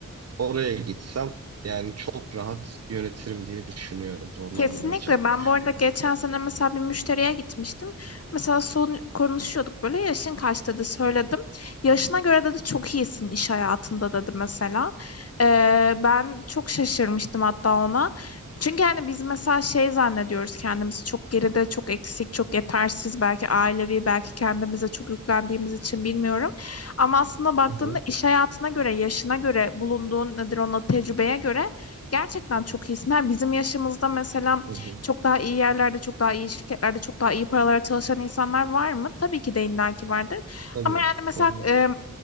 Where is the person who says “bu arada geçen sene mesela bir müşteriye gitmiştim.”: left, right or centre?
Left